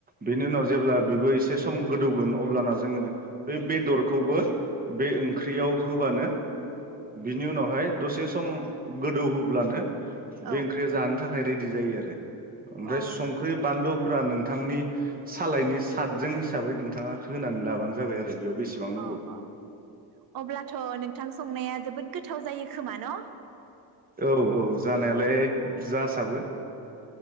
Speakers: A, on the right (about 20°); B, on the right (about 50°).
A: बेनि उनाव जेब्ला बेबो एसे सम गोदौगोन अब्लाना जोङो बे बेदरखौबो बे ओंख्रियाव होबानो बिनि उनावहाय दसे सम गोदौहोब्लानो बे
B: औ
A: ओंख्रिया जानो थाखाय रेडि जायो आरो ओमफ्राय
B: अ
A: संख्रि बानलुफोरा नों थांनि सालायनि सादजों हिसाबै नोंथाङा होनानै लाबानो जाबाय आरो बेयाव बेसेबां नांगौ
B: अ अ अब्लाथ' नोंथां संनाया जोबोद गोथाव जायो खोमा न'
A: औ औ। जानायालाय जासाबो।